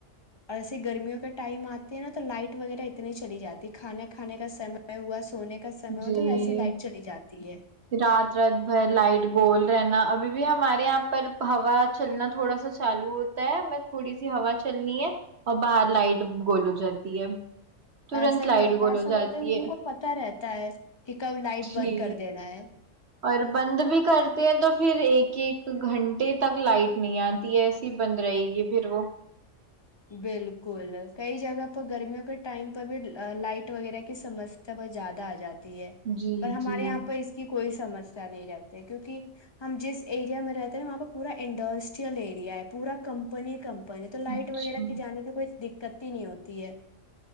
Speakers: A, on the left; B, on the right.
A: ایسے گرمیوں کا ٹائم آتا ت نا تو لائٹ وغیرہ اتنی چلی جاتیھانے کھانے کا سم ہوا سونے کا سم ہو
B: جی
A: تو ویسی ہی لائٹ چلی جاتی ہے
B: رات رات بھر لائٹ گول رہنا ابھی بھی ہمارے یہاں پر ہوا چلنا تھوڑا سا چالو ہوتا ہے میں تھوڑی سی ہوا چلنی ہے اور باہر لائٹ گول ہو جاتی ہے ترنت
A: ایسا
B: لائٹ
A: ہی ہوتا
B: گول
A: ہے ایسا
B: ہو جاتی
A: لگتا ہے ان کو پتا رہتا ہے کہ کب لائٹ
B: جی
A: بند کر دینا ہے
B: اور بند بھی کرتے ہیں تو پھر پھر ایک ایک گھنٹے تک لائٹ نہیں آتی ایسی بند رہے گی پھر وہ
A: بالکل کئی جگہ پر گرمیوں کے ٹائم پر بھی لائٹ وغیرہ کی سمسیا بہت زیادہ آ جاتی ہے
B: جی
A: پر ہمارے
B: جی
A: یہاں پ اس کی کوئی سمسیا نہیں رتے کیونکہ ہم جس ایریا میں رہتے ن وہاں پہ پورا انڈسٹریل ایریا ہے پورا کمپنی کم پ تو لائٹ
B: اچھا
A: وغیرہ کے جانے کا کوئی دقتتی نہیں ہوتی ہے